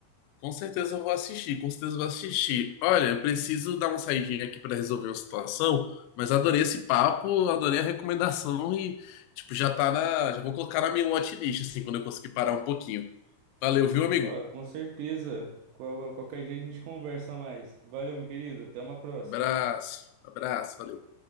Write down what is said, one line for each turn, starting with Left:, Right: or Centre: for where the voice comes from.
Left: Com certeza eu vou assistir, com certeza eu vou assistir. Olha, eu preciso dar uma saidinha aqui para resolver uma situação, mas adorei esse papo, adorei a recomendação e, tipo, já tá na. Já vou colocar na minha watchlist, assim, quando eu conseguir parar um pouquinho. Valeu, viu,
Right: Opa,
Left: amigo?
Right: com certeza. Qual- qualquer dia a gente conversa mais. Valeu, meu querido. Até uma próxima.
Left: Abraço, abraço, valeu.